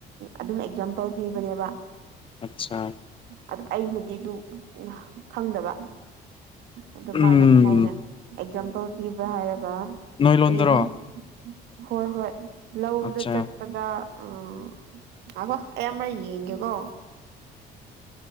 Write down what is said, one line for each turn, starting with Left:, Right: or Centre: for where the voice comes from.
Right: ꯑꯗꯨꯝ ꯑꯦꯛꯖꯥꯝꯄꯜ ꯄꯤꯕꯅꯦꯕ
Left: ꯑꯠꯁꯥ
Right: ꯑꯗꯨ ꯑꯩꯅꯗꯤ ꯑꯗꯨ ꯈꯪꯗꯕ ꯑꯗꯨ
Left: ꯎꯝ
Right: ꯃꯥꯅ ꯀꯃꯥꯏꯅ ꯑꯦꯛꯖꯥꯝꯄꯜ ꯄꯤꯕ꯭ꯔꯥ ꯍꯥꯏꯔꯒ
Left: ꯅꯣꯏ ꯂꯣꯟꯗꯔꯣ
Right: ꯀꯔꯤꯕ ꯍꯣꯏ ꯍꯣꯏ ꯂꯧꯗ
Left: ꯑꯠꯆꯥ
Right: ꯆꯠꯄꯗ ꯑꯣ ꯉꯥꯏꯈꯣ ꯑꯩ ꯑꯃꯔꯛ ꯌꯦꯡꯒꯦꯀꯣ